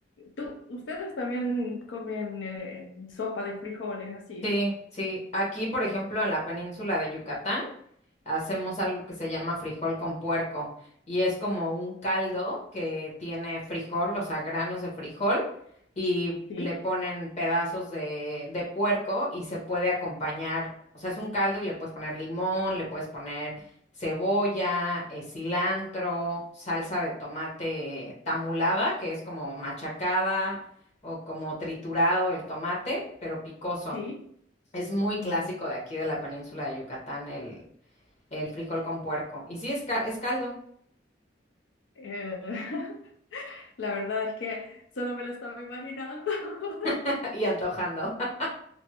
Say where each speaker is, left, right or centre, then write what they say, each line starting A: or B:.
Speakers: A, on the left; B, on the left.
A: tú, ustedes también comen eh, sopa de frijoles así,
B: Sí, sí. Aquí, por ejemplo, en la península de Yucatán. hacemos algo que se llama frijol con puerco y es como un caldo que tiene frijol, o sea, granos de frijol y
A: ¿sí?
B: le ponen pedazos de, de puerco y se puede acompañar, o sea, es un caldo y le puedes poner limón, le puedes poner cebolla, eh, cilantro, salsa de tomate tamulada, que es como machacada o como triturado el tomate, pero picoso.
A: Sí,
B: Es muy
A: no.
B: clásico de aquí de la península de Yucatán el frijol con puerco. Y sí, es, ca- es caldo.
A: Eh, <laughs> la verdad es que solo me lo estaba imaginando. <laughs>
B: <laughs> Y antojando. <laughs>